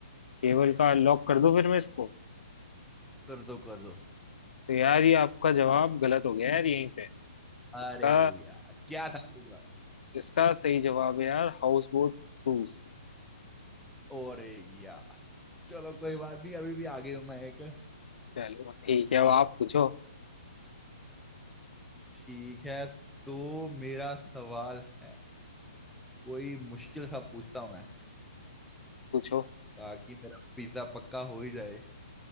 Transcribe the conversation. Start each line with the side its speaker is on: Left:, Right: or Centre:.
Left: केवल का लॉक कर दो फिर मैं इसको
Centre: कर दो कर दो
Left: तो यार ये आपका जवाब गलत हो गया यार यहीं पे
Centre: अरे
Left: इसका
Centre: यार क्या था तीसरा
Left: इसका सही जवाब है यार हाउस बोट क्रूज
Centre: अरे यार चलो कोई बात नहीं अभी भी आगे हूं मैं एक
Left: चलो ठीक है अब आप पूछो
Centre: ठीक है तो मेरा सवाल है कोई मुश्किल सा पूछता हूं मैं
Left: पूछो
Centre: ताकि मेरा पिज्जा पक्का हो ही जाए